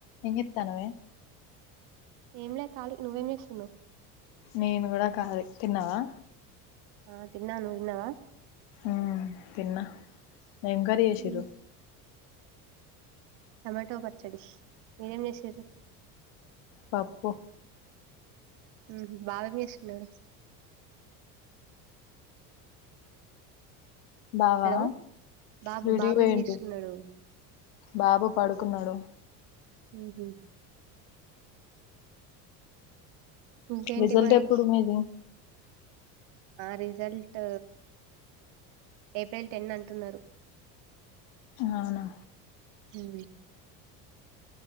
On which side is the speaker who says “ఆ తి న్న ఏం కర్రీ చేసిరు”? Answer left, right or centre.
Left